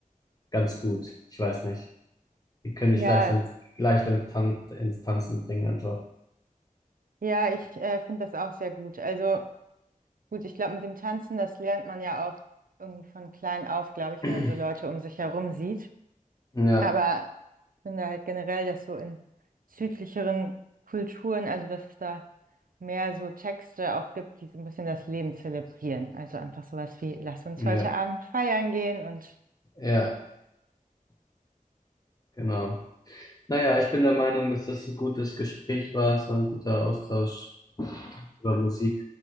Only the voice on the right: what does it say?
Ja,
ja, ich äh, finde das auch sehr gut. Also Gut, ich glaube, mit dem Tanzen, das lernt man ja auch irgendwie von klein auf, glaube ich,
wenn man so Leute um sich herum sieht.
Aber ich finde halt generell, dass so in südlicheren Kulturen, also dass es da mehr so Texte auch gibt, die so ein bisschen das Leben zelebrieren. Also einfach sowas wie, lass uns
heute Abend feiern gehen und